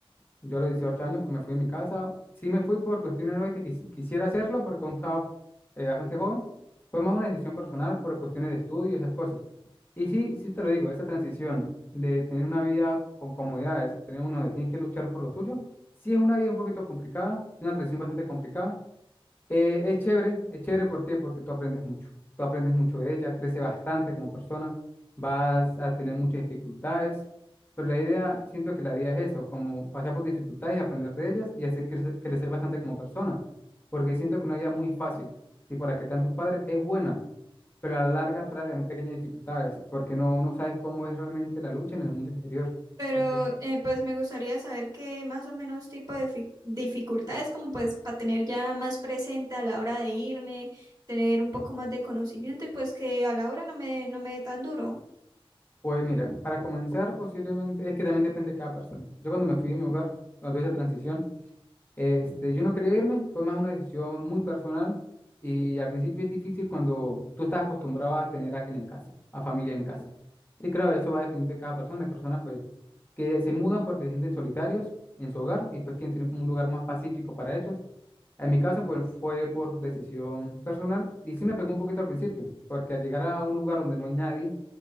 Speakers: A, on the left; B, on the right.
A: Yo a los 18 años pues me fui de mi casa. Sí me fui por cuestiones no de que quis- quisiera hacerlo porque aún estaba eh, bastante joven. Fue más una decisión personal por cuestiones de estudio y esas cosas. Y sí, sí te lo digo, esa transición de tener una vida con comodidades, tener una donde tienes que luchar por lo tuyo, sí es una vida un poquito complicada, una transición bastante complicada eh, es chévere, es chévere, ¿por qué? Porque tú aprendes mucho. Tú aprendes mucho de ella, creces bastante como persona, vas a tener muchas dificultades, pero la idea, siento que la vida es eso, como pasar por dificultades, aprender de ellas y hacer crecer, crecer bastante como persona, porque siento que una vida muy fácil, tipo la que te dan tus padres, es buena, pero a la larga trae también pequeñas dificultades, porque no, no sabes cómo es realmente la lucha en el mundo exterior.
B: Pero
A: Y pues
B: eh, pues me gustaría saber qué más o menos tipo de fi- dificultades, como pues para tener ya más presente a la hora de irme, tener un poco más de conocimiento y pues que a la hora no me, no me dé tan duro.
A: pues mira, para comenzar posiblemente, es que también depende de cada persona. Yo cuando me fui de mi hogar, cuando tuve esa transición, Este, yo no quería irme, fue más una decisión muy personal y al principio es difícil cuando tú estás acostumbrado a tener a alguien en casa, a familia en casa. Sí, claro, eso va dependiendo de cada persona. Hay personas pues que se mudan porque se sienten solitarios en su hogar y pues quieren tener como un lugar más pacífico para ellos. En mi caso pues fue por decisión personal y sí me pegó un poquito al principio, porque al llegar a un lugar donde no hay nadie,